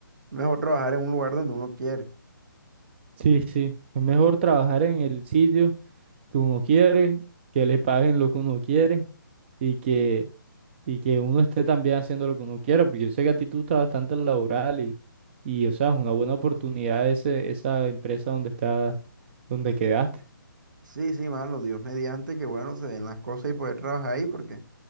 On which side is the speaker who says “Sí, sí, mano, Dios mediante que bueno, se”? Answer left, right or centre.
Right